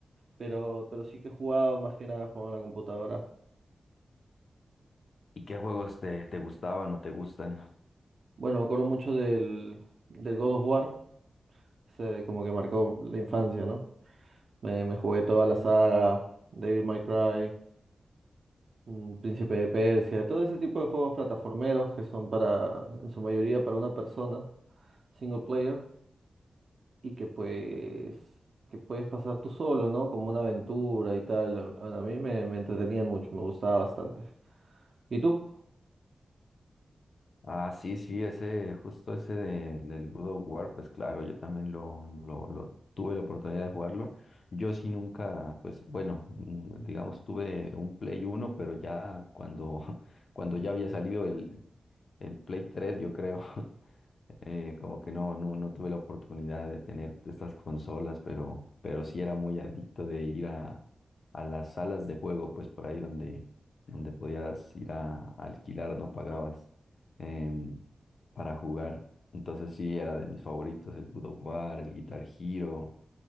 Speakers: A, on the right (about 50°); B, on the left (about 50°).
A: Pero, pero sí que he jugado más que nada jugaba en la computadora.
B: ¿Y qué juegos te, te gustaban o te gustan?
A: Bueno, me acuerdo mucho del, del God of War. se como que marcó la infancia, ¿no? Me, me jugué toda la saga, Devil May Cry, mm, Príncipe de Persia, todo ese tipo de juegos plataformeros que son para, en su mayoría, para una persona, single player, y que pues, que puedes pasar tú solo, ¿no? Como una aventura y tal. Bueno, a mí me, me entretenían mucho, me gustaba bastante. ¿Y tú?
B: Ah, sí, sí, ese, justo ese de- del God of War, pues claro, yo también lo, lo, lo tuve la oportunidad de jugarlo. Yo sí nunca, pues bueno, mm, digamos, tuve un Play uno pero ya cuando, <laughs> cuando ya había salido el, el Play 3 yo creo. <laughs> eh, como que no, no, no tuve la oportunidad de tener estas consolas, pero, pero sí era muy adicto de ir a, a las salas de juego, pues por ahí donde, donde podías ir a, a alquilar, no pagabas em, para jugar. Entonces sí, era de mis favoritos, el God of War, el Guitar Hero,